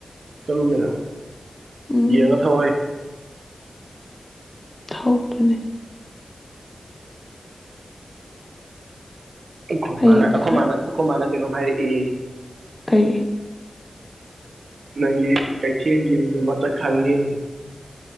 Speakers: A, on the right; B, on the left.
A: ꯆꯠꯂꯨꯀꯩꯅꯣ
B: ꯎꯝ
A: ꯌꯦꯡꯉ ꯊꯧ ꯎꯍꯦ
B: ꯊꯧꯇꯣꯏꯅꯦ
A: ꯑꯩ ꯈꯣꯟ
B: ꯍꯌꯦꯡꯗꯤ
A: ꯃꯥꯜꯂꯦ ꯑꯈꯣ
B: ꯈꯔ
A: ꯃꯥꯅ ꯑꯈꯣ ꯃꯥꯅ ꯀꯩꯅꯣꯝ ꯍꯥꯏꯔꯛꯑꯦ
B: ꯀꯩ
A: ꯅꯪꯒꯤ ꯀꯩꯊꯦꯜꯒꯤ ꯃꯤꯗꯣ ꯃꯁꯛ ꯈꯪꯉꯦ